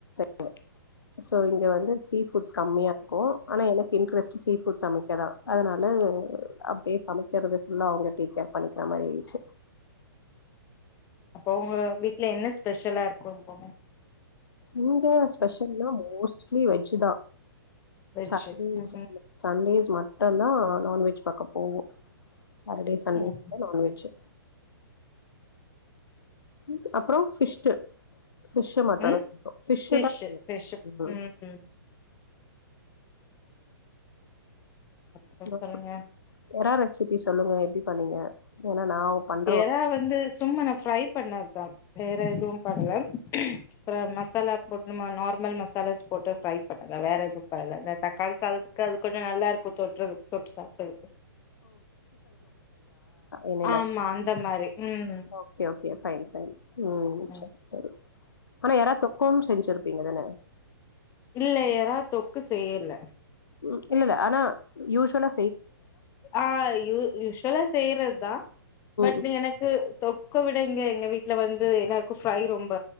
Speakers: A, on the left; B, on the left.
A: <inaudible> சோ இங்க வந்து சீஃபுட்ஸ் கம்மியா இருக்கு ஆனா எனக்கு இன்ட்ரெஸ்ட்டு சீஃபுட் சமைக்கதா அதுனால அப்டியே சமைக்கிறது ஃபுல்லா அவுங்க டேக் கேர் பண்ணிக்கிற மாரி ஆயிட்ச்சு
B: அப்பொ அவுங்க வீட்ல என்ன ஸ்பெஷலா இருக்கும் போல
A: இங்க ஸ்பெஷல்னா மோஸ்ட்லி வெஜ் ஜு தா
B: வெஜ்ஜு
A: சாட்டர்டே
B: ம்
A: <inaudible> சண்டேஸ் மட்டந்தா நான்வெஜ் பக்க போவோ சாட்டர் டே
B: வெஜ்
A: சண்டேஸ் வந்தா நான்வெஜ்ஜு ம் அப்புறோ ஃபிஷ்டு ஃபிஷு மட்டு
B: ம்
A: தா கூப்டோ பிஷ்ஷு
B: ஃபிஷ்ஷு
A: தா கூப்டுவோ
B: ஃபிஷ்ஷு ம்
A: <inaudible> <inaudible>
B: அப்றோ சொல்லுங்க
A: எரா ரெசிபிஸ் சொல்லுங்க எப்டி பண்ணீங்க ஏன்னா நா பண்ற
B: ஏரா
A: ஒரு
B: வந்து சும்மா நா ப்ரய் பண்ணதுதா வேற எதுவு பண்ல ம் அப்றோ மசாலா போட்டு நம்ம நார்மல் மசாலாஸ் போட்டு ஃப்ரை பண்ணுவ வேற எதுவு பண்ணல இந்த தக்காளி சாதத்துக்கு அது கொஞ்சோ நல்லா இருக்கு தொட்டுறதுக்கு தொட்டு சாப்பிடுறதுக்கு
A: ண்ணிலா
B: ஆமா அந்த மாரி ம்
A: okay okay fine fine oh
B: ம்.
A: சரி சரி ஆனா எரா தொக்காவு செஞ்சிருப்பீங்கதனே
B: இல்ல எறா தொக்கு செய்யல
A: ம் இல்லல்ல ஆனா யூஸ்ஷலா
B: ஆ யூ யூஸ்வலா செய்றது தா பட்
A: ம்
B: எனக்கு தொக்கு விட ங்க எங்க வீட்டுல வந்து எல்லாருக்கு ஃப்ரை ரொம்ப